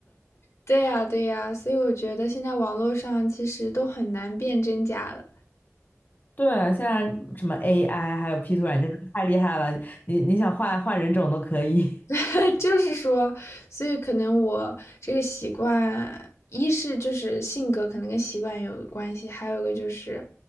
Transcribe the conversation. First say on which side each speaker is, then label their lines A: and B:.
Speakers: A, on the left; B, on the left.
A: 对呀，对呀，所以我觉得现在网络上其实都很难辨真假了。
B: 对，现在什么 AI 还有 P 图软件太厉害了，你你想换换人种都可以。<laughs>
A: <laughs> 就是说，所以可能我这个习惯，一是就是性格可能跟习惯有关系，还有一个就是，